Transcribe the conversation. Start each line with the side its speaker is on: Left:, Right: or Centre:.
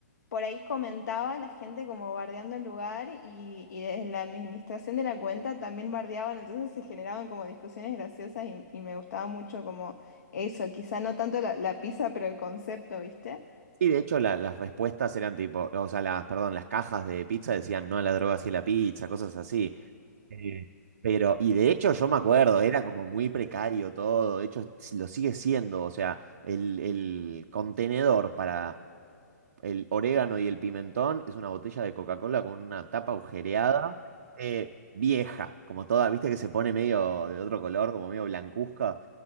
Left: por ahí comentaba la gente como bardeando el lugar y, y desde la administración de la cuenta también bardeaban, entonces se generaban como discusiones graciosas y, y me gustaba mucho como eso, quizá no tanto la, la pizza, pero el concepto, ¿viste?
Right: Sí, de hecho, la- las respuestas eran tipo, o sea, las, perdón, las cajas de pizza decían no a la droga, sí a la pizza, cosas así. Eh, Pero, y de hecho yo me acuerdo, era como muy precario todo, de hecho s- lo sigue siendo, o sea, el, el contenedor para el orégano y el pimentón, es una botella de Coca-Cola con una tapa agujereada, eh, vieja, como toda, viste que se pone medio de otro color, como medio blancuzca.